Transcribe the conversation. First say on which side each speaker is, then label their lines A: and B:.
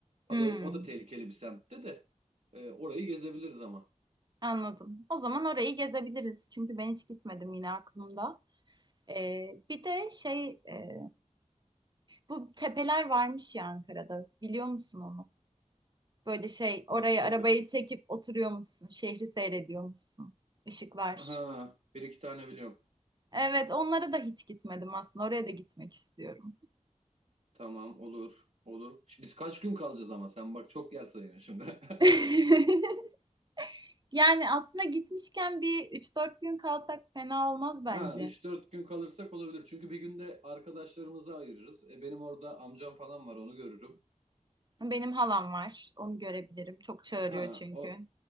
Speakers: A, on the right; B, on the right.
A: Hmm,
B: O da, o da tehlikeli bir semtte de. E, orayı gezebiliriz ama.
A: anladım. O zaman orayı gezebiliriz. Çünkü ben hiç gitmedim yine aklımda. Ee, bir de şey e, bu tepeler varmış ya Ankara'da. Biliyor musun onu? Böyle şey oraya
B: Nasıl
A: arabayı çekip oturuyormuşsun. Şehri seyrediyormuşsun. Işıklar.
B: Aha, bir iki tane biliyorum.
A: Evet onlara da hiç gitmedim aslında. Oraya da gitmek istiyorum.
B: Tamam, olur, olur. Şimdi Biz kaç gün kalacağız ama sen bak çok yer sayıyorsun şimdi.
A: <laughs>
B: <laughs>
A: Yani aslında gitmişken bir üç dört gün kalsak fena olmaz bence.
B: Ha, üç dört gün kalırsak olabilir. Çünkü bir günde arkadaşlarımızı ayırırız. E, benim orada amcam falan var, onu görürüm.
A: Benim halam var. Onu görebilirim. Çok çağırıyor
B: Ha,
A: çünkü.
B: o